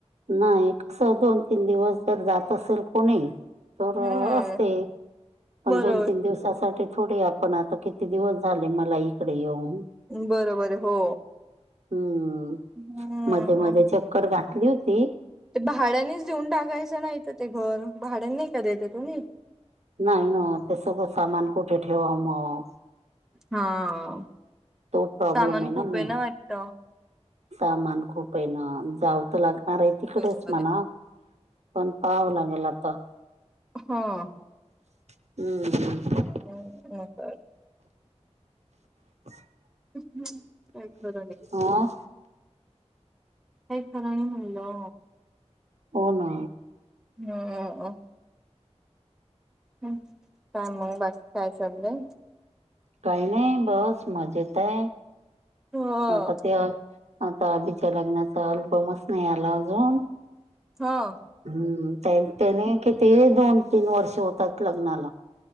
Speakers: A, on the right (about 70°); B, in the centre.
A: नाही कसं दोन तीन दिवस जर, जात असेल कोणी. तर
B: हम्म
A: असते, पण
B: बरोबर
A: दोन तीन दिवसासाठी थोडी आप पण आता किती दिवस झाले, मला इकडे येऊन‌.
B: बरोबर हो.
A: हम्म,
B: हम्म
A: मध्ये मध्ये चक्कर घातली होती.
B: ते भाड्यांनीच देऊन टाकायचं नाही तर, ते घर भाड्यांनी नाही का देत तुम्ही.
A: नाही ना ते, सगळं सामान कुठे ठेवाव मग.
B: हा.
A: तो प्रॉब्लेम
B: सामान
A: आहे ना
B: खूप
A: मेन.
B: वाटत
A: सामान खूप आहे ना, जाव तर लाग आरे तिकडेच
B: बरोबर
A: म्हणाव,
B: आहे
A: पण पहावं लागेल आता.
B: हा
A: हम्म.
B: हम्म. मग काय झालं?
A: <inaudible>
B: हम्म काय खरं नाही.
A: हां.
B: काही खर नाही म्हणलो.
A: हो ना.
B: हो. काय मग बाकी, काय चाललंय.
A: काही नाही बस मजेत आहे.
B: ह
A: आता ते, आता आभीच्या लग्नाचा अल्बमच नाही आला अजून.
B: हा
A: हम्म, त्याने किती दोन तीन वर्ष होतात लग्नाला.